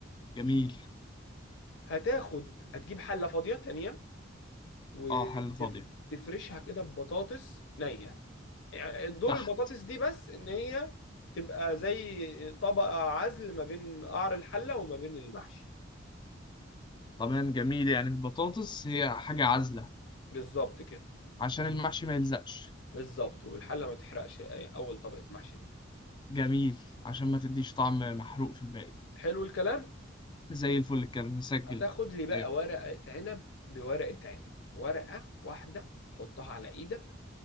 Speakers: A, on the left; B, on the left.
A: جميل
B: هتاخد هتجيب حله فاضيه تانية وتفرشها
A: أه حل فاضية
B: كده ببطاطس نيه يعني دور
A: تحت
B: البطاطس دي بس ان هي تبقى زي طبقه عزل ما بين قعر الحله وما بين المحشي
A: تمام جميل يعني البطاطس هي حاجة عازلة
B: بالظبط كده
A: عشان المحشي ما يلزقش
B: بالظبط والحله ما تحرقش اول طبقه محشي دي
A: جميل عشان ما تديش طعم محروق في الباقي
B: حلو الكلام
A: زي الفل كده نسجل
B: هتاخد
A: بقى
B: لي بقى
A: ايوه
B: ورقة عنب بورقة عنب ورقة واحدة تحطها على ايدك